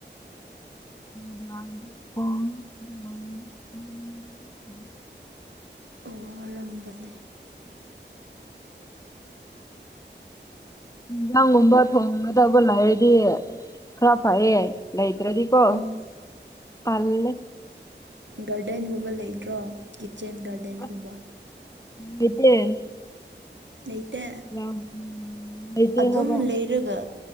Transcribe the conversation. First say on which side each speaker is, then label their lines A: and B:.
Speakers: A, on the left (about 15°); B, on the right (about 75°).
A: <unintelligible>
B: ꯋꯥꯔꯝꯕꯅꯦ
A: ꯍꯤꯡꯖꯥꯡꯒꯨꯝꯕ ꯊꯣꯡꯒꯗꯕ ꯂꯩꯔꯗꯤ ꯈꯔ ꯐꯌꯦ ꯂꯩ ꯇ꯭ꯔꯗꯤꯀꯣ
B: ꯎꯝ
A: ꯇꯜꯂꯦ
B: ꯒꯥꯔꯗꯦꯟꯒꯨꯝꯕ ꯂꯩꯇ꯭ꯔꯣ ꯀꯤꯠꯆꯦꯟ ꯒꯥꯔꯗꯦꯟꯒꯨꯝꯕ
A: ꯑꯁ ꯂꯩꯇꯦ
B: ꯂꯩꯇꯦ
A: ꯂꯝ ꯂꯩꯇꯦ
B: ꯑꯗꯨꯝ
A: ꯍꯥꯏꯕ
B: ꯂꯩꯔꯒ